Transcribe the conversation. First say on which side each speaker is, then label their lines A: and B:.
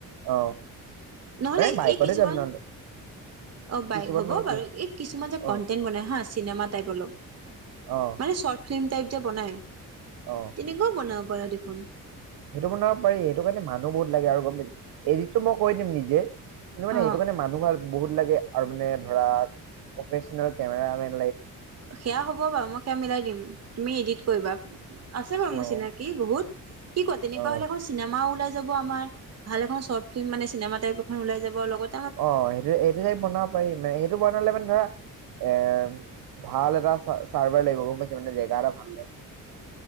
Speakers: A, on the right; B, on the right.
A: অ।
B: নহ'লে
A: মানে বাইকতে
B: এই কিছুমান
A: যাম নহ'লে
B: অ বাই
A: ই চুপাৰত
B: হ'ব
A: মানে
B: বাৰু
A: কি
B: এই কিছুমান যে
A: অ
B: কন্টেন্ট বনাই হা চিনেমা টাইপ অলপ
A: অ
B: মানে চৰ্ট ফিল্ম টাইপ যে বনাই
A: অ
B: তেনেকুৱা বনাব পাৰা দেখোন।
A: সেইটো বনাব পাৰি সেইটো কাৰণে মানুহ বহুত লাগে আৰু গম পাই এদিত টো মই কৰি দিম নিজে কিন্তু মানে
B: অ
A: সেইটো কাৰণে মানুহ ভাল বহুত লাগে। আৰু মানে ধৰা প্ৰফেচনেল কেমেৰা মেন
B: সেয়া হ'ব বাৰু মই সেয়া মিলাই দিম তুমি এডিট কৰিবা আছে বাৰু
A: অ
B: মোৰ চিনাকি বহুত। কি কোৱা তেনেকোৱা
A: অ
B: হ'লে এখন চিমাও ওলাই যাব আমাৰ ভাল এখন চৰ্ট ফিল্ম মানে চিনেমা টাইপ এখন ওলাই যাব লগত
A: অ সেইটো এইটো হে বনাব পাৰিম মানে সেইটো বনালে মানে ধৰা এ ভাল এটা চা চাৰ্ভাৰ লাগিব গম পাইছা মানে জেগা এটা ভাল লাগিব।